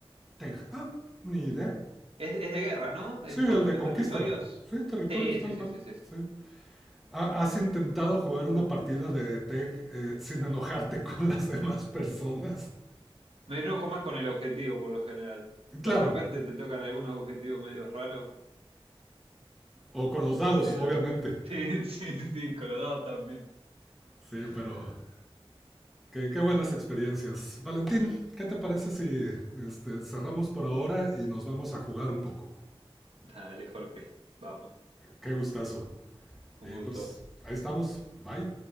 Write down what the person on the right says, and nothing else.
Es, es de guerra, ¿no?
Es
con,
con
territorios.
Sí,
sí, sí,
sí, sí.
Me enojo más con el objetivo por lo general. De
repente te tocan algunos objetivos medio raros,
pero
sí, <laughs> sí, sí, con los dados también.
<laughs>
Dale, Jorge, vamos.
Un
gusto.